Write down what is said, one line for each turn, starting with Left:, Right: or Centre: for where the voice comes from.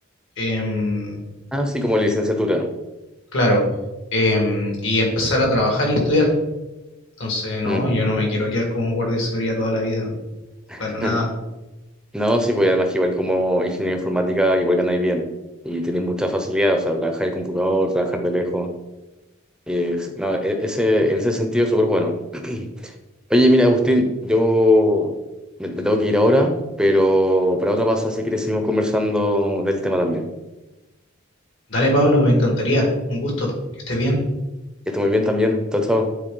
Left: em,
Centre: Ah, sí, como licenciatura.
Left: claro, em, y empezar a trabajar y estudiar. Entonces, no,
Centre: Mm.
Left: yo no me quiero quedar como un guardia de seguridad toda la vida,
Centre: <laughs>
Left: para nada.
Centre: No, sí, pues además que igual como ingeniero informática, igual ganáis bien. Y tenéis mucha facilidad, o sea, trabajar el computador, trabajar de lejos. Y es- no, e- ese, en ese sentido, súper bueno. <clears throat> Oye, mira, Agustín, yo me, me tengo que ir ahora, pero para otra pasada, si quieres, seguimos conversando del tema también.
Left: Dale, Pablo, me encantaría. Un gusto, que estés bien.
Centre: Que esté muy bien también. Chao, chao.